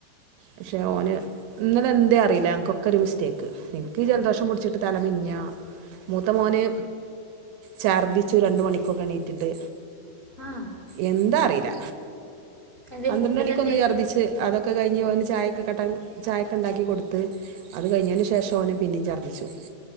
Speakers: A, on the right; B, on the left.
A: പക്ഷെ ഓന് ഇന്നലെ എന്തേ അറീല്ല. ഞങ്ങക്കോക്കൊര് മിസ്റ്റേക്ക്. ഇൻക്കീ ജലദോഷം പുട് ട്ട് തല മിന്നാ. മൂത്ത മോന് ഛർദിച്ചു രണ്ട് മണിക്കൊക്കെണീറ്റിട്ട്.
B: ആ
A: എന്താ അറീല്ല.
B: എന്തേ
A: പന്ത്രണ്ടണിക്കൊന്ന്
B: ഫുഡിലെന്തേലും
A: ഛർദിച്ച് അതൊക്കെ കഴിഞ്ഞ് ഓന് ചായൊക്കെ കട്ടൻ ചായൊക്കെ ഉണ്ടാക്കി കൊടുത്ത് അത് കഴിഞ്ഞേന് ശേഷം ഓനെ പിന്നിം ഛർദ്ദി ച്ചു.